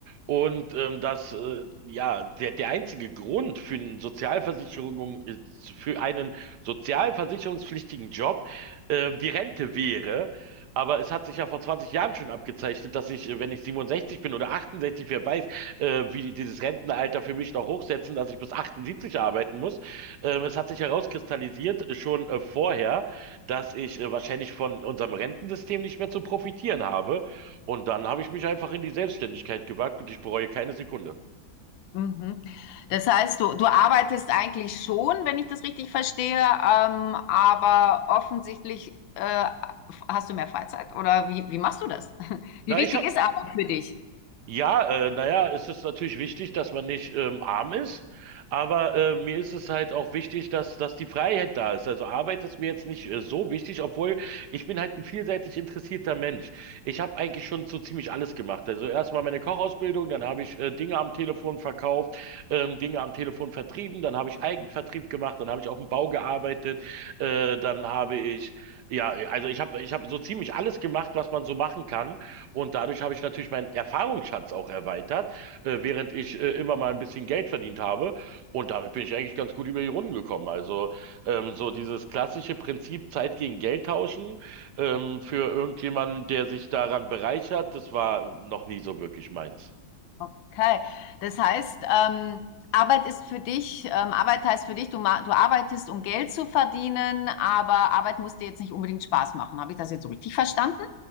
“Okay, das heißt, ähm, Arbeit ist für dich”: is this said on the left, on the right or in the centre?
Left